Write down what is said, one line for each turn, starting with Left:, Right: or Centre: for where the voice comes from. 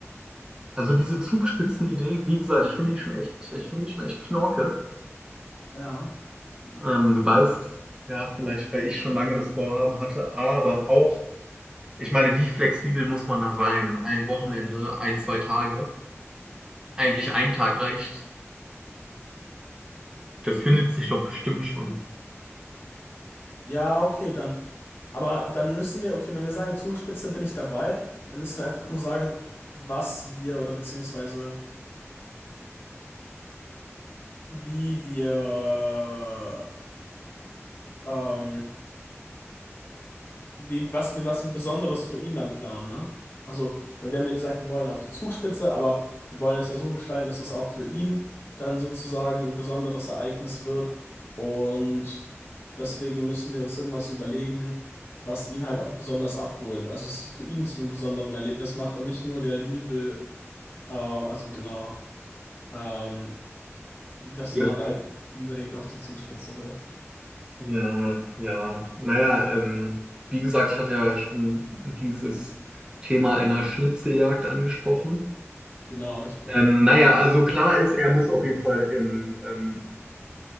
Right: Also diese Zugspitzenidee, wie gesagt, ich finde die schon echt, ich finde die schon echt knorke.
Left: ja,
Right: Ähm, du weißt, ja, vielleicht, weil ich schon lange das Vorhaben hatte, aber auch, ich meine, wie flexibel muss man da sein? Ein Wochenende, ein, zwei Tage? Eigentlich ein Tag reicht. Das findet sich doch bestimmt schon.
Left: ja, okay, dann. Aber dann müssen wir, okay, wenn wir sagen Zugspitze bin ich dabei, dann müssen wir einfach nur sagen, was wir oder beziehungsweise wie wir ähm, wie, was wir, was wir Besonderes für ihn dann planen, ne? Also, weil wir haben ja gesagt, wir wollen auf die Zugspitze, aber wir wollen es ja so gestalten, dass es auch für ihn dann sozusagen ein besonderes Ereignis wird. Und deswegen müssen wir uns irgendwas überlegen, was ihn halt ab besonders abholt. Also es für ihn zu einem besonderen Erlebnis macht und nicht nur der Louisville, äh, also genau, ähm, dass
Right: Ja,
Left: jemand halt unbedingt auf die Zugspitze will.
Right: ja, ja. Naja, ähm, wie gesagt, ich hatte ja schon dieses Thema einer Schnitzeljagd angesprochen.
Left: Genau, richtig.
Right: Ähm, naja, also klar ist, er muss auf jeden Fall im, ähm,